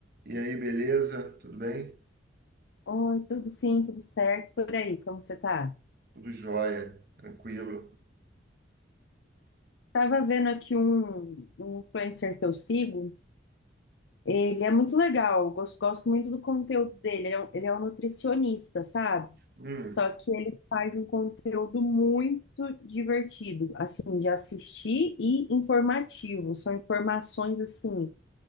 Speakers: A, on the right; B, on the left.
A: E aí, beleza? Tudo bem?
B: Oi, tudo sim, tudo certo. Por aí, como você tá?
A: Tudo jóia, tranquilo.
B: Tava vendo aqui um, um influencer que eu sigo. Ele é muito legal, gosto, gosto muito do conteúdo dele. Ele é um, ele é um nutricionista, sabe?
A: Hum,
B: Só que ele faz um conteúdo muito divertido, assim, de assistir e informativo. São informações, assim,